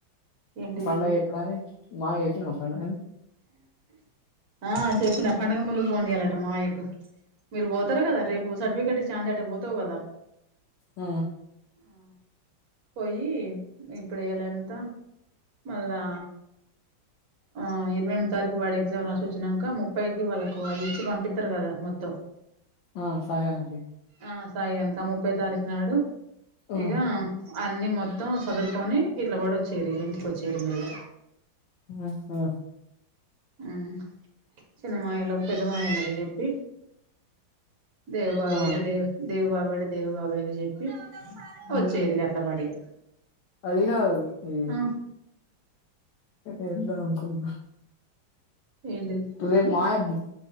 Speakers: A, on the right; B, on the left.
A: ఏంటిది
B: పండగ చెప్పడాని <unintelligible> చెప్పినావ. హాన్ న్
A: ఆ చెప్పిన పడుగ ముందు ఫోన్ చేయాలట మామయ్య కు మీరు పోతారు కదా రేపు సర్టిఫికేట్ ఇస్తే అనిచ్చి అట్టే పోతావు కదా
B: ఆ
A: ఆ పోయి ఇప్పుడ ఎలా ఎంత మళ్ళా ఆ ఇది ఇరవై ఎనిమిది తారీకు వాడు ఎగ్జామ్ రాసి వచ్చిన వచ్చినాక ముప్పైకి వాళ్ళకు అయి ఇచ్చి పంపిస్తారు కదా మొత్తం
B: ఆ సాయిగానికి
A: ఆ సాయి గానికి ముప్పై తారీకు నాడు
B: ఆ
A: ఇక అన్ని మొత్తం చదురుకొని ఇట్లా పడి వచ్చేరు ఇంటికొచ్చేరు మీరుగ
B: ఆ ఆ
A: ఊహు చిన్న మావయ్య వాళ్లకు పెద్ద మామయ్య లకు చెప్పి దేవ బాబాయ్
B: ఆ
A: ఉంటే దేవా దేవ బాబాయ్ ఉంటే దేవు బాబాయ్ కి చెప్పి
B: హు
A: వచ్చేరు ఇగ అట్లా పాడిగా
B: అది గాదు ఈ
A: ఆ
B: ఎట్టా చెప్పుదాం అనుకున్నా
A: ఏంటిది
B: రేపు మావయ్యకు